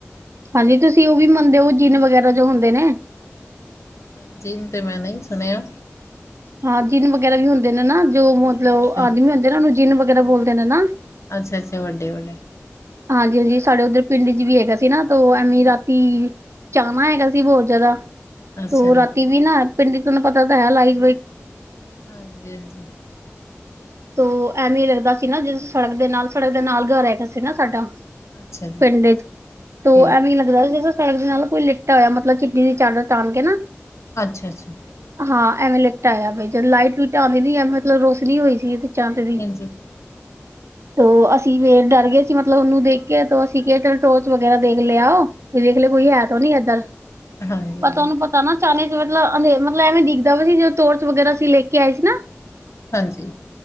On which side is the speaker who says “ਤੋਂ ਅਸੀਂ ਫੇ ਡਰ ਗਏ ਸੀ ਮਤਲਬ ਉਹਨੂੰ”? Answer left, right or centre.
Right